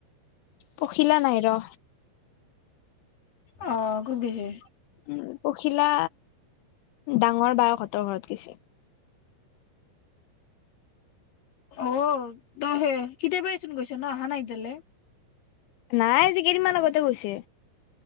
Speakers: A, on the left; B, on the left.
A: পখিলা নাই ৰ,
B: আহ কত গৈছে।
A: উম পখিলা ডাঙৰ বায়েকহতৰ। তাই ঘৰত গৈছে।
B: অঁ তইহে কেতিয়াবাচোন গৈছ ন অহা নাইএতিয়ালকৈ।
A: নাই আজিকেইদিনমান আগতে গৈছে